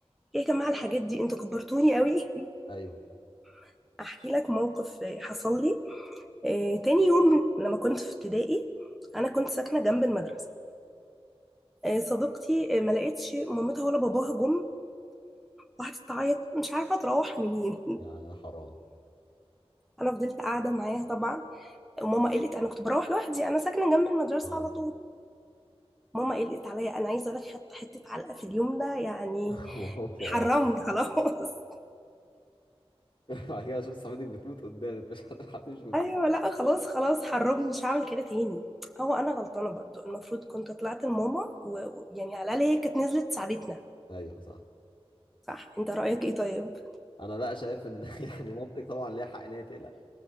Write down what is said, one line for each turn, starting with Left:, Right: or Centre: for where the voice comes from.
Centre: جماعة الحاجات دي انتوا كبرتوني قوي
Left: ايوه
Centre: <laughs> احكي لك موقف حصل لي آه، تاني يوم لما كنت في ابتدائي انا كنت ساكنه جنب المدرسه آه، صديقتي آه، ما لقيتش مامتها ولا باباها جم وقعدت تعيط مش عارفه تروح منين <laughs>
Left: يعني حرام
Centre: انا فضلت قاعده معاها طبعا وماما قلقت انا كنت بروح لوحدي انا ساكنه جنب المدرسه
Left: اه
Centre: على طول ماما قلقت عليا انا عايزه اقول لك حتى حته علقه في اليوم ده يعني
Left: <laughs> ما هو آه.
Centre: حرمني خلاص
Left: بعد كده شفت صاحبتك بتموت قدامك مش هتمشي
Centre: <laughs>
Left: وتسيب
Centre: ايوه لا خلاص خلاص حرمني مش هعمل كده تاني هو انا غلطانه برضو المفروض كنت طلعت لماما ويعني على الاقل هي كانت نزلت ساعدتنا
Left: ايوه صح
Centre: صح انت رايك ايه طيب
Left: انا لا شايف ان <laughs> يعني مامتك طبعا ليها حق ان هي تقلق